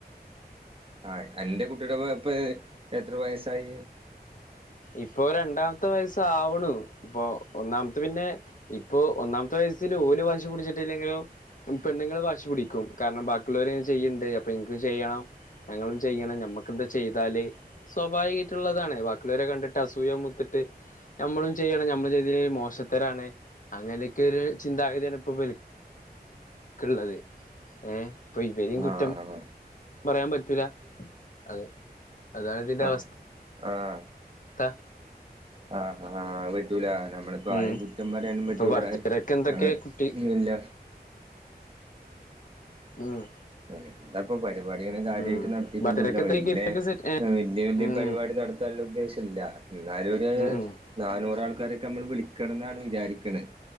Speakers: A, on the right; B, on the left.
A: ആഹ് എന്റെ കുട്ടിയുടെ ഇപ്പൊ എത്ര വയസ്സായി
B: ഇപ്പൊ രണ്ടാമത്തെ വയസ ആവണു ഇപ്പൊ ഒന്നാമത്തെ പിന്നെ ഇപ്പൊ ഒന്നാമത്തെ വയസ്സിൽ ഓല്ല് വാശി പിടിച്ചിട്ടില്ലെങ്കില്ലും. ഉം പെണ്ണുങ്ങള് വാശു പിടിക്കും കാരണം ബാക്കിയുള്ളവര് ചെയ്യണ്ട് അപ്പൊ എനിക്ക് ചെയ്യണം. ഞങ്ങളും ചെയ്യണം മ്മക്ക എന്താ ചെയ്താല് സ്വാഭാവികമായിട്ടുള്ളതാണ് വാക്ക പള്ളേരെ കണ്ടിട്ട് അസൂയ മുത്തിട്ട് നമ്മളും ചെയ്യണം നമ്മൾ ചെയ്തിലങ്കിൽ മോശത്തരാണ് അങ്ങനെയൊക്കെ ഒരു ചിന്താഗതിയാണ് ഇപ്പോ വലക്കള്ളത് ഇപ്പൊ ഇവരെയും
A: ആഹ്
B: കുറ്റം പറയാൻ പറ്റൂല അതെ അതാണ് ഇതിന്റെ
A: ആഹ്
B: അവസ്ഥ
A: ആഹ്
B: ത്താ
A: ആഹ് ആ ഹ്പറ്റൂല നമ്മളിപ്പോ
B: ഉം
A: ആരും കുറ്റം പറയാനും പറ്റൂല
B: ഇപ്പൊ ബർത്ത്ഡേക്ക് എന്തൊക്കെ
A: ഏഹ്
B: കുട്ടി
A: ഇല്ല
B: ഉം
A: എന്താപ്പ പരിപാടികും കാര്യമായിട്ട്
B: ഉം
A: നടത്തിട്ടൊന്നുമല്ല
B: ബർത്ത്ഡേക്ക്
A: വലിയ
B: ഗിഫ്റ്റ് ഒക്കെ സെറ്റ് ഏ
A: വലിയ വലിയ
B: ഉം
A: പരിപാടി നടത്താന ഉദ്ദേശമില്ല എന്നാല ഒരു
B: ഉം ഉം
A: നാനൂറാൾ ആക്കാരൊക്കെ നമ്മൾ വിളിക്കണം എന്നാണ് വിചാരിക്കുന്നത്